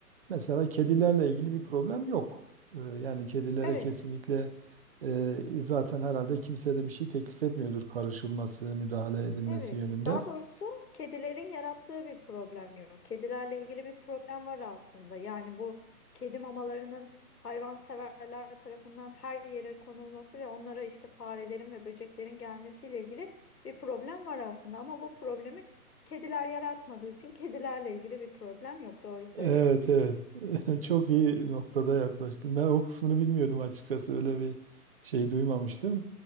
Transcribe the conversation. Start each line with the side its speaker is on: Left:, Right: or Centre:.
Right: mesela kedilerle ilgili bir problem yok. E, Yani kedilere
Left: Evet.
Right: kesinlikle e, zaten herhalde kimse de bir şey teklif etmiyordur karışılması, müdahale edilmesi
Left: Evet,
Right: yönünde.
Left: daha doğrusu kedilerin yarattığı bir problem yok. Kedilerle ilgili bir problem var aslında. Yani bu kedi mamalarının hayvanseverler tarafından her yere konulması ve onlara işte farelerin ve böceklerin gelmesiyle ilgili bir problem var aslında. Ama bu problemi kediler yaratmadığı için kedilerle ilgili bir problem yok. Doğru söylüyorsun.
Right: Evet evet. <laughs> Çok iyi noktada yaklaştın. Ben o kısmını bilmiyordum açıkçası. Öyle bir şey duymamıştım.